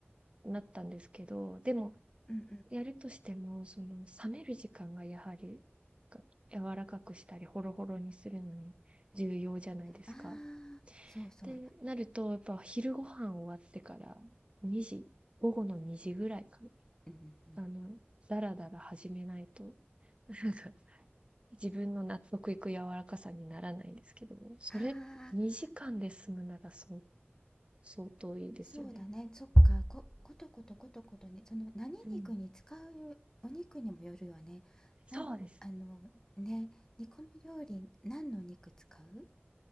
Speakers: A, on the right; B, on the left.
A: なったんですけど、でも、
B: うんうん
A: やるとしても、その、冷める時間がやはり、が柔らかくしたり、ホロホロにするのに重要じゃないですか。
B: ああーそうそう
A: で、なると、やっぱ昼ご飯終わってから2時、午後の2時ぐらいか
B: うんうんうん
A: な、あの、だらだら始めないと、なんか、自分の納得いく柔らかさにならないんですけど、それ2時間で済むならそう、
B: ああー
A: 相当いいですよね。
B: そうだねそっかこことことことことねその何肉に使うお肉にもよるよねなんあのね煮込み料理何の肉使う
A: うん。そうです。